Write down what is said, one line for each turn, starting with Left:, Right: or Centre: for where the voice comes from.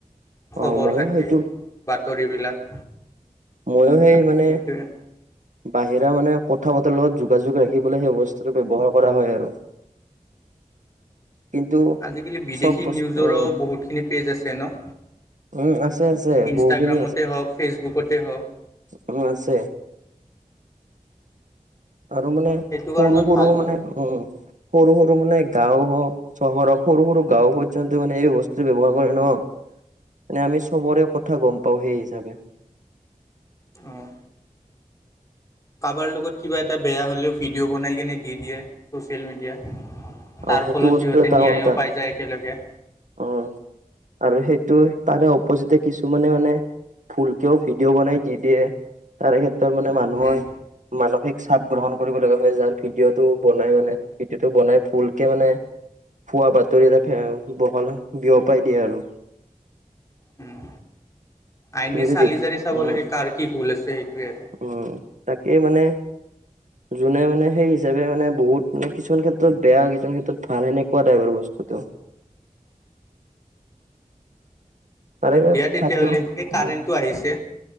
Left: খবৰ
Right: অ ময়ো
Left: খাতি
Right: সেইটো
Left: বাতৰিবিলাক।
Right: মইো সেই মানে,
Left: সেইটোৱে
Right: বাহিৰা মানে। কথা বতৰা লগত যোগাযোগ ৰাখিবলৈ সেই বস্তুটো ব্যৱহাৰ কৰা হয় আৰু। কিন্তু
Left: আজিকালি বিদেশী
Right: চব বস্তু
Left: নিউজৰো
Right: উম
Left: বহুতখিনি পেজ আছে ন।
Right: উম আছে আছে
Left: ইনষ্টাগ্ৰামতে
Right: বহুখিনি
Left: হ'ওক ফেচবুকতে হ'ওক।
Right: অ, আছে। আৰু মানে
Left: সেইটো কাৰণত
Right: সৰু সৰু
Left: ভাল হয়।
Right: মানে উম, সৰু সৰু মানে গাওঁ হ'ওক। চহৰৰ সৰু সৰু গাঁও পৰ্যন্ত মান এই বস্তু ব্যৱহাৰ কৰে ন। মানে আমি চবৰে কথা গম পাওঁ সেই হিচাপে।
Left: অ, কাবাৰ লগত কিবা এটা বেয়া হ'লেও ভিডিঅ' বনাই কিনে দি দিয়ে। ছ'চিয়েল মিডিয়াত
Right: অ
Left: তাৰ
Right: সেইটো
Left: ফলত
Right: বস্তু
Left: সিহঁতে
Right: এটা
Left: ন্যায়ো
Right: এটা
Left: পাই যায় একেলগে।
Right: অ আৰু সেইটো তাৰে অপজিতে কিছুমানে মানে। ফুলকেও ভিডিঅ বনাই দি দিয়ে তাৰে ক্ষেত্ৰত মানে মানুহৰ
Left: উম
Right: মানসিক। চাপ গ্ৰহণ কৰিব লগা হয় যাৰ ভিডিঅ' টো বনাই মানে ভিডিঅ'টো বনাই ফুলকে মানে। খোৱা বাতৰি এটা বহল বিয়পাই দিয়ে আৰু।
Left: উম, আইনে
Right: তুমিতো
Left: চালি-জাৰি
Right: দেখি
Left: চাব
Right: উম
Left: লাগে কাৰ কি ভুল আছে সেইটোৱে আৰু।
Right: উম, তাকে মানে। যোনে মে সেই হিচাপে মানে বহুত মানে কিছুমান ক্ষেত্ৰত বেয়া, কিছুমান ক্ষেত্ৰত ভাল হেনেক <unintelligible> তাৰে
Left: দিয়া তেতিয়াহ'লে
Right: থাকেও উম,
Left: এই কাৰেণ্টটো আহিছে।